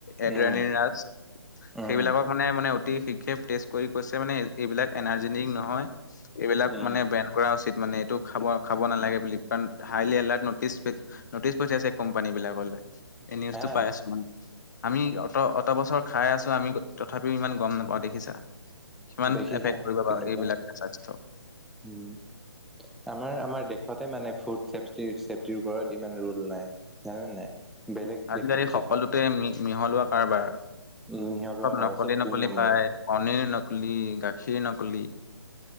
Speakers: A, on the left (about 40°); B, in the centre.
A: এডৰালিন
B: উম
A: ৰাজ
B: উম
A: সেইবিলাকক মানে মানে- তি শীঘ্ৰে টেষ্ট কৰি কৈছে মানে এইবিলাক এনাৰ্জী ড্ৰিং নহয় এইবিলাক
B: উম
A: মানে বেন কৰা উচিত। মানে এইটো খাব খাব নালাগে বুলি কাৰণ হাইলি এলাৰ্ট নটিচ নটিচ পঠিয়াইছে কোম্পানী বিলাকলৈ। এই নিউজটো
B: হা
A: পাই আছো মানে। আমি অত অত বছৰ খাই আছো আমি তথাপিও ইমান গম নাপাওঁ দেখিছা। কিমান
B: দেখিছানে
A: এফেক্ট কৰিব
B: কেনেকুৱা
A: বাৰু এইবিলাকে স্বাস্থ্যৰ
B: উম আমাৰ আমাৰ দেশতে মানে ফুড চেফটিৰ চেফটিৰ ওপৰত ইমান ৰোল নাই জানা নাই? বেলেগ
A: আজিকালি
B: দেশত
A: সকলোতে
B: চাবা
A: মিহলোৱা কাৰবাৰ। চব
B: উম সিহঁতৰ আৰু
A: নকলি
B: চব দুই
A: নকলি
B: নম্বৰে
A: পায় পনীৰ নকলি, গাখীৰ নকলি